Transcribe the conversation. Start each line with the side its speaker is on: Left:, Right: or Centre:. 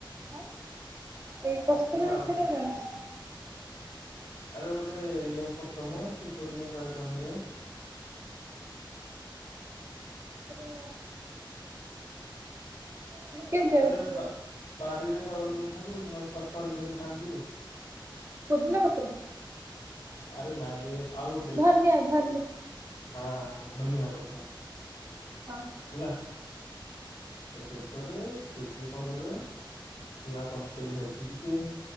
Right: ଆଉ କସ୍ତୁରି
Left: ସେଟା
Right: ମେଥିଟା
Left: ଆଉ
Right: ଜାଣିଛି।
Left: ଆଉ ଗୋଟେ ଇଏ ପତ୍ରମ ଶୀତ ଦିନ ପ୍ରାୟତଃ ମିଳେ?
Right: ଓ। ମାନେ କେମିତିଆ
Left: ଆରେ
Right: ଦେଖିବାକୁ?
Left: ବା ବାରିରେ କରନ୍ତିନି ସବୁ ନହେଲେ ଚଟଣି କରିକ ଖାଆନ୍ତି।
Right: ପୋଦିନା ପତ୍ର?
Left: ଆରେ ନାଇଁରେ। ଆଉ ଗୋଟେ
Right: ଧନିଆ ଧନିଆ।
Left: ହଁ ଧନିଆ ପତ୍ର।
Right: ହଁ।
Left: ହେଲା ତ ଶେଷରେ ସେଥୀରେ କଣ କରିଅ ନା କସ୍ତୁରି ମେଥି ଟିକେ